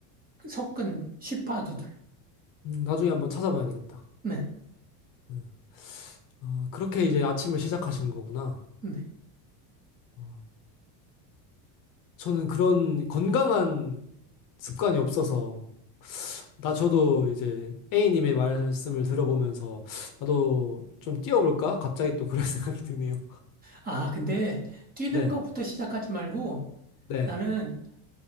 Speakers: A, on the right; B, on the left.
A: 섞은 시파두들.
B: 음, 나중에 한번 찾아봐야 되겠다.
A: 네.
B: 네. 아, 그렇게 이제 아침을 시작하시는 거구나.
A: 네.
B: 아, 저는 그런 건강한 습관이 없어서 나 저도 이제 A님의 말씀을 들어보면서 나도 좀 뛰어볼까? 갑자기 또 그런 <laughs> 생각이 드네요.
A: 아, 근데 뛰는
B: 네,
A: 거부터 시작하지 말고
B: 네,
A: 나는